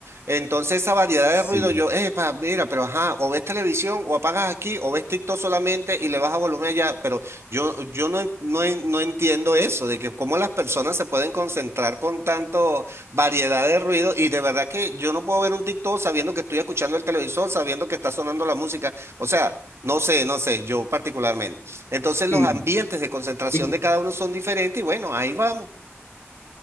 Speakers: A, on the right; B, on the left.
A: Entonces esa variedad
B: Sí,
A: de ruido, yo, eh, pa, mira, pero ajá, o ves televisión, o apagas aquí, o ves TikTok solamente y le bajas volumen allá, pero yo, yo no, en- no, en- no entiendo eso, de que cómo las personas se pueden concentrar con tanto variedad de ruido y de verdad que yo no puedo ver un TikTok sabiendo que estoy escuchando el televisor, sabiendo que está sonando la música. O sea... No sé, no sé, yo particularmente. Entonces
B: sí,
A: los ambientes de concentración
B: sí,
A: de cada uno son diferentes y bueno, ahí vamos.